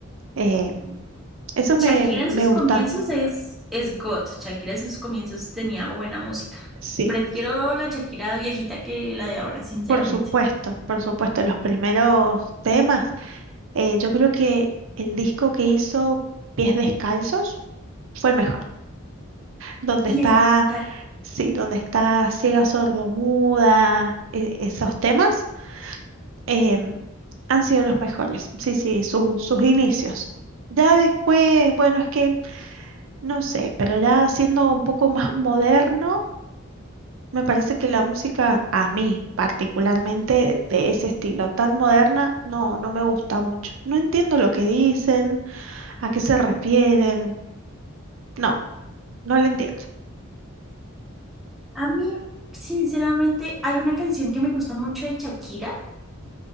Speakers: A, on the right; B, in the centre.
A: Eh, eso me,
B: Shakira en
A: me
B: sus
A: gusta,
B: comienzos es, es God. Shakira en sus comienzos tenía buena música.
A: sí,
B: Prefiero la Shakira viejita que la de ahora, sinceramente.
A: por supuesto, por supuesto, los primeros temas. eh, yo creo que el disco que hizo Pies Descalzos fue el mejor, donde
B: Y
A: está,
B: este fiscal.
A: sí, donde está Ciega Sordomuda, e- esos temas em, han sido los mejores, sí, sí, su- sus inicios. Ya después, bueno, es que no sé, pero ya siendo un poco más moderno. Me parece que la música, a mí particularmente, de ese estilo tan moderna, no, no me gusta mucho. No entiendo lo que dicen, a qué se refieren. No, no lo entiendo.
B: A mí, sinceramente, hay una canción que me gusta mucho de Shakira,